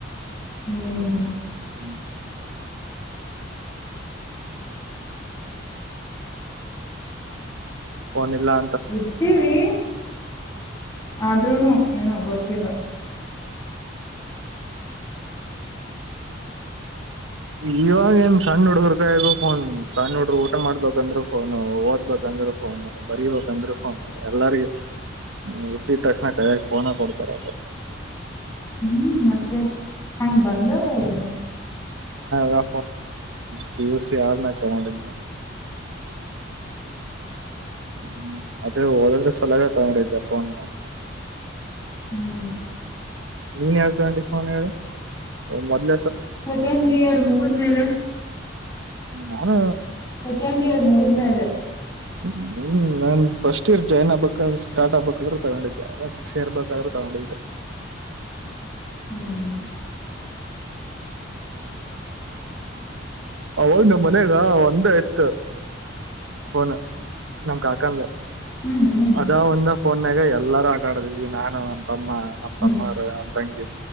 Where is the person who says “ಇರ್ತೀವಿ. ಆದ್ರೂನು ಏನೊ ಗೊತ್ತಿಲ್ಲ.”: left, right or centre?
Left